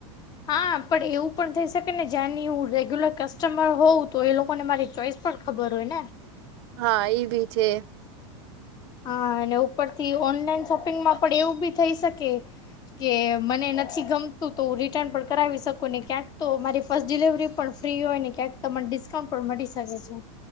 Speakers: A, on the left; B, on the right.
A: હા પણ એવું પણ થઈ શકે ને જ્યાંની હું રેગ્યુલર કસ્ટમર હોઉં તો એ લોકોને મારી ચોઈસ પણ ખબર હોય ને
B: હા એઈ ભી છે.
A: હા અને ઉપરથી ઓનલાઈન શોપિંગમાં પણ એવું બી થઈ શકે કે મને નથી ગમતું તો હું રિટર્ન પણ કરાવી શકું ને ક્યાંક તો મારી ફસ્ટ ડિલવરી પણ ફ્રી હોય ને ક્યાંક તમને ડિસ્કાઉન્ટ પણ મળી શકે છે.